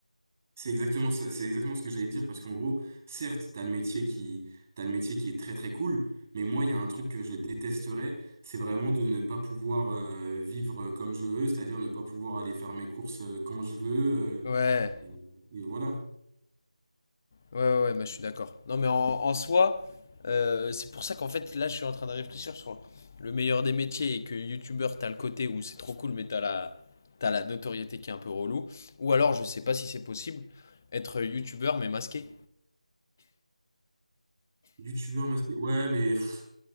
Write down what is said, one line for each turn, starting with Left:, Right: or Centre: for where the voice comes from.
Right: C'est exactement ça, c'est exactement ce que j'allais te dire parce qu'en gros, certes, t'as le métier qui, t'as le métier qui est très très cool, mais moi, il y a un truc que je détesterais, c'est vraiment de ne pas pouvoir euh, vivre euh, comme je veux, c'est-à-dire ne pas pouvoir aller faire mes courses euh, quand je veux, euh,
Left: Ouais,
Right: et, et voilà.
Left: ouais, ouais, ouais, mais je suis d'accord. Non, mais en, en soi, euh, c'est pour ça qu'en fait, là, je suis en train de réfléchir sur le meilleur des métiers et que youtubeur, t'as le côté où c'est trop cool, mais t'as la, t'as la notoriété qui est un peu relou. Ou alors, je sais pas si c'est possible, être youtubeur mais masqué.
Right: YouTubeur masqué, ouais, mais pff,